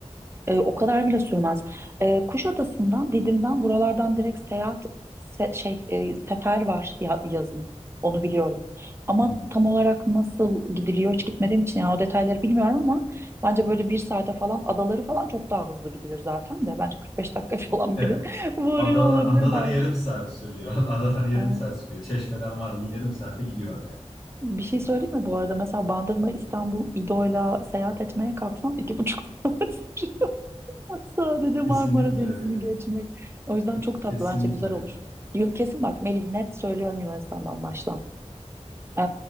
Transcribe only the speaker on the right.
E, o kadar bile sürmez. E, Kuşadası'ndan, Didim'den buralardan direkt seyahat se- şey e, sefer var ya- yazın. Onu biliyorum. Ama
tam olarak nasıl gidiliyor hiç gitmediğim için yani o detayları bilmiyorum ama bence böyle bir saate falan adaları falan çok daha hızlı gidilir zaten de. Bence 45 dakika falan
bile <laughs> varıyor
olabilir
belki.
E,
bir şey söyleyeyim mi bu arada? Mesela Bandırma, İstanbul, İdo'yla seyahat etmeye kalksan iki buçuk saat. <laughs> Sadece Marmara
Denizi'ni
geçmek. O yüzden
çok
tatlı bence güzel
olur. Yu- Kesin bak Melih net söylüyorum Yunanistan'dan başla. Ee,